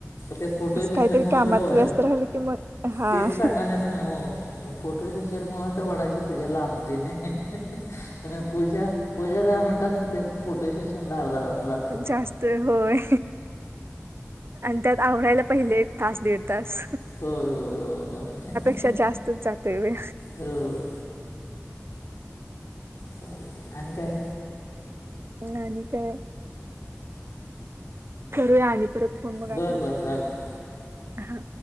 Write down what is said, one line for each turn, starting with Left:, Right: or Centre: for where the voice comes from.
Left: ते फोटो
Right: असं
Left: सेशन
Right: काहीतरी
Left: मुळ
Right: कामात
Left: तर व
Right: व्यस्त राहिलं की मग हा
Left: तेच हाल हो फोटो सेशन मुळ तर वडाची पूजा लांबतेने पूजा पूजा दहा मिनिटात होते पण फोटो सेशन अर्धा तास लागतो
Right: जास्त होय आणि त्यात आवरायला पहिले तास दीड तास
Left: होय होय होय हो
Right: पेक्षा जास्तच जातोय व
Left: हो चालत आणि काय
Right: आणि आणि काय करूया आलीकडे फोन मग
Left: बरं
Right: आपण
Left: बरं चालतं
Right: हा